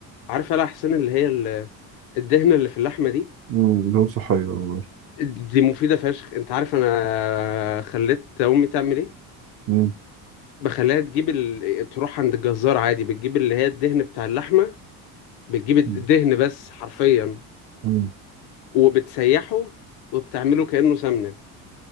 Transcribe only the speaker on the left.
عارف يا حسين اللي هي ال... الدهنة اللي في اللحمة دي
دي مفيدة فشخ انت عارف انا خليت امي تعمل ايه
بخليها تجيب ال... تروح عند الجزار عادي بتجيب اللي هي الدهن بتاع اللحمة بتجيب الدهن
بس حرفيا
وبتسيحه وبتعمله كأنه سمنة